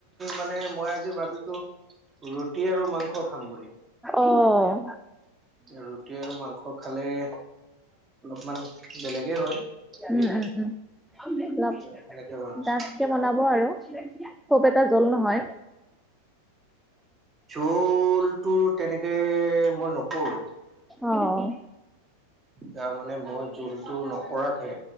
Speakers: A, on the right; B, in the centre.
A: মানে মই আজি ভাবিছো। ৰুটি আৰু মাংস খাম বুলি।
B: অঁ।
A: ৰুটি আৰু মাংস খালে অলপমান বেলেগেই হয়। হেৰিটো
B: উম, উম, উম। লাভ,
A: সেনেকে ভাবিছো
B: তাত <unintelligible> এতিয়া বনাব আৰু খুব এটা জোল নহয়।
A: জোলটোৰ তেনেকে মই নকৰো।
B: অঁ'।
A: তাৰ মানে মই জোলটো নকৰাকে